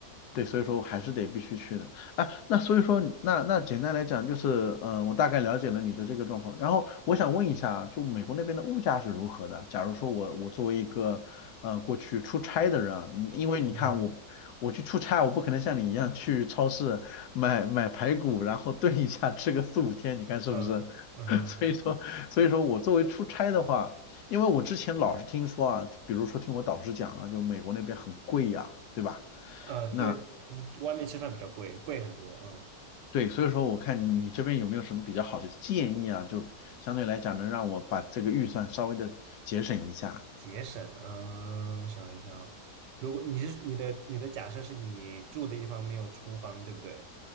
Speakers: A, on the left; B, on the right.
A: 对，所以说我还是得必须去的。哎，那所以说你那那简单来讲就是，呃，我大概了解了你的这个状况。然后我想问一下，就美国那边的物价是如何的？假如说我我作为一个，呃，过去出差的人啊，你因为你看我我去出差，
B: 嗯
A: 我不可能像你一样去超市买买排骨，然后炖一下吃个四五天，你看是不是？
B: 嗯嗯哼，
A: <laughs> 所以说，所以说我作为出差的话，因为我之前老是听说啊，比如说听我导师讲啊，就美国那边很贵呀、对吧？
B: 呃，就是嗯外面吃饭比较贵，
A: 那。
B: 贵很多，嗯，
A: 对，所以说我看你你这边有没有什么比较好的建议啊？就相对来讲能让我把这个预算稍微的节省一下。
B: 节省，嗯，我想一想啊，如果你是你的你的假设是你住的地方没有厨房，对不对？